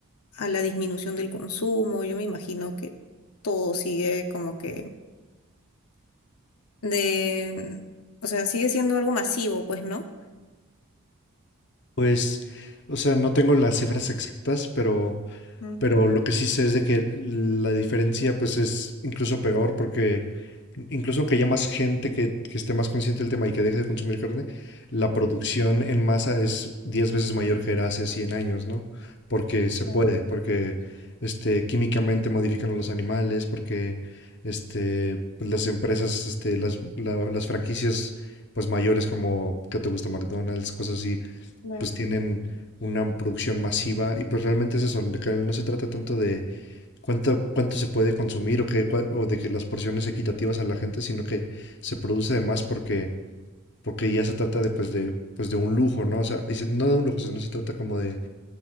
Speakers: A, on the left (about 85°); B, on the left (about 55°).
A: a la disminución del consumo. Yo me imagino que todo sigue como que de, o sea, sigue siendo algo masivo, pues, ¿no?
B: Pues, o sea, no tengo las cifras exactas, pero
A: Ujú,
B: Pero lo que sí sé es de que la diferencia pues es incluso peor porque incluso aunque haya más gente que, que esté más consciente del tema y que deje de consumir carne, la
A: ujú,
B: producción en masa es 10 veces mayor que era hace 100 años, ¿no? Porque se
A: Claro,
B: puede, porque este, químicamente modifican a los animales, porque este, pues, las empresas, este, las, la- las franquicias pues mayores como que te gusta McDonald's, cosas así,
A: claro,
B: pues tienen una producción masiva y pues realmente es eso, de que no se trata tanto de cuánto, cuánto se puede consumir o, que, o de que las porciones equitativas a la gente, sino que se produce de más porque, porque ya se trata de pues de, pues de un lujo, ¿no? O sea, y se- no de un lujo, sino se trata como de,